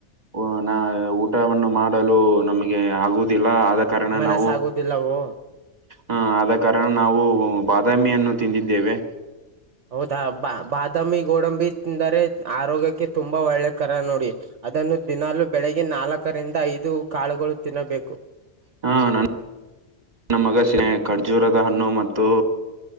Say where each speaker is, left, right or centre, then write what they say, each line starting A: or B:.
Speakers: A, on the right; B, on the right.
A: ಹ ನಾ ಊಟವನ್ನು ಮಾಡಲು ನಮ್ಗೆ ಆಗ ದಿಲ್ಲ ಆದ ಕಾರಣ
B: ಮನಸ
A: ನಾವು
B: ಆಗುದಿಲ್ಲವೋ
A: ಹ ಆದ ಕಾರಣ ನಾವು ಬಾದಾಮಿಯನ್ನು ತಿಂದಿದ್ದೇವೆ
B: ಹೌದಾ ಬಾ ಬಾದಾಮಿ ಗೋಡಂಬಿ ತಿಂದರೆ ಆರೋಗ್ಯಕ್ಕೆ ತುಂಬಾ ಒಳ್ಳೆ ಕರ ನೋಡಿ ಅದನ್ನು ದಿನಲು ಬೆಳಿಗ್ಗೆ ನಾಲ್ಕರಿಂದ ಐದು ಕಾಳುಗಳು ತಿನ್ನಬೇಕು
A: <unintelligible> ನ ಮಗ ಖರ್ಜೂರದ ಹಣ್ಣು ಮತ್ತೇ